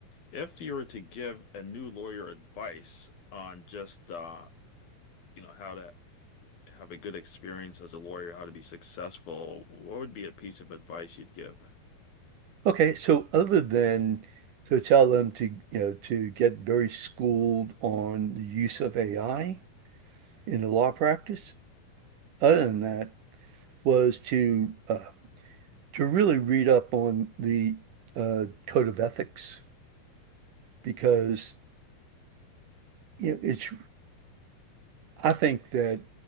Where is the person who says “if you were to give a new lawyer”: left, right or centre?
Left